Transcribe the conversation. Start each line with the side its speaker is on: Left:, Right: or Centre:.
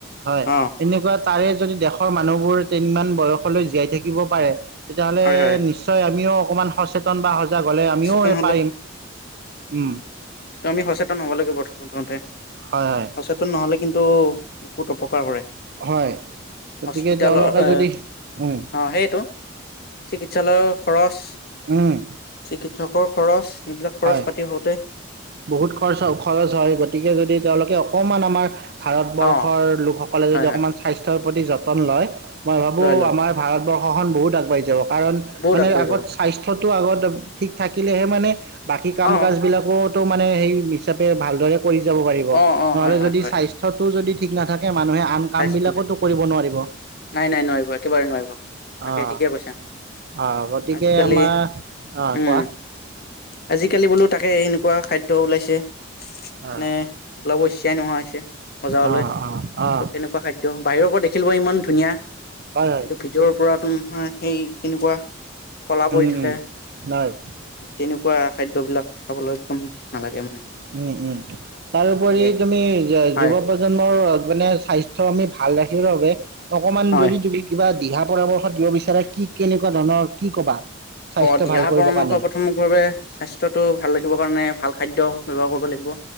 Right: হয়
Left: অ
Right: এনেকুৱাত, তাৰে যদি দেশৰ মানুহবোৰ তিনিমান বয়সলৈ জীয়াই থাকিব পাৰে, - তেতিয়াহ'লে
Left: হয় হয়
Right: নিশ্চয় আমিও, অকমান সচেতন বা সজ, -জাগ হ'লে আমিও
Left: সচেতন
Right: এ, পাৰিম উম',।
Left: কিন্ত আমি সচেতন হ'ব লাগিব, প্ৰথমতে
Right: হয়, হয়,
Left: সচেতন নহ'লে, কিন্তু বহুত অপকাৰ কৰে।
Right: হয়। গতিকে
Left: হস্পিটালৰ
Right: তেওঁলোকে
Left: অ
Right: যদি, উম,
Left: ', সেয়েটো, সঞ্চালয়ৰ খৰচ,
Right: উম',
Left: কৃষকৰ খৰচ? এইবিলাক খৰচ
Right: হয়
Left: পাতি হওঁতে
Right: বহুত খৰচ -খৰচ হয় গতিকে যদি তেওঁলোকে অকমান আমাৰ ভাৰতবৰ্ষৰ
Left: অ
Right: লোকসকলে
Left: হয়
Right: যদি অকমান
Left: হয়
Right: স্বাস্থ্য প্ৰতি যতন লয়। মই ভাবোঁ
Left: লয় লয়
Right: আমাৰ
Left: লয়
Right: ভাৰতবৰ্ষ শনহত আগবাঢ়িব। কাৰণ
Left: বহুত
Right: মানে
Left: আগবাঢ়ি
Right: আগত
Left: যাব
Right: স্বাস্থ্যত। টো আগত ঠিক থাকিলেহে মানে। বাকী কাম
Left: অ
Right: কাজ বিলাকত মানে সেই হিচাপে ভালদৰে। কৰি যাব পাৰিব
Left: অ অ
Right: নহলে
Left: হয় হয়
Right: যদি
Left: হয়
Right: স্বাস্থ্যটো যদি ঠিক নাথাকে। মানুহে আম কামবিলাকতো
Left: স্বাস্থ্য
Right: কৰিব নোৱাৰিব
Left: নাই নাই নোৱাৰিব একেবাৰে নোৱাৰিব তাকে
Right: অহ',
Left: ঠিকে
Right: -
Left: কৈছা
Right: অহ ', গতিকে
Left: আজিকালি
Right: আমাৰ অহ',
Left: উম
Right: কোৱা?
Left: আজিকালি বোলো তাকে এনেকুৱা খাদ্য ওলাইছে। মানে?
Right: অঁ
Left: ব্লউছ কিয়াই নোহোৱা হৈছে বজাৰলৈ।
Right: অঁ অঁ অঁ
Left: চব কেনেকুৱা খাদ্য বাহিৰৰ পৰা দেখিল ব ইমান ধুনীয়া
Right: হয় হয়
Left: কিন্তু ভিতৰৰ পৰা। তোমাৰ সেই কেনেকুৱা <unintelligible> কলা পৰি
Right: উম
Left: থাকে
Right: উম হয়
Left: তেনেকুৱা খাদ্যবিলাক খাবলৈ একদম। নালাগে মানে।
Right: উম', - উম ', তাৰোপৰি
Left: সেয়ে
Right: তুমি
Left: হয়
Right: যুৱ প্ৰজন্মৰ মানে স্বাস্থ্য আমি ভাল ৰাখিব বাবে। অকমান
Left: হয়
Right: যদি তুমি কিবা। দিহা পৰামৰ্শ দিব বিচাৰে কি কেনেকুৱা ধৰণৰ কি কবা? স্বাস্থ্য
Left: অহ', দিহা
Right: ভাল কৰিবৰ
Left: পৰামৰ্শ
Right: কাৰণে
Left: প্ৰথম বাবে স্বাস্থ্যতটো ভাল ৰাখিবৰ কাৰণে ভাল খাদ্য ব্যৱহাৰ কৰিব লাগিব।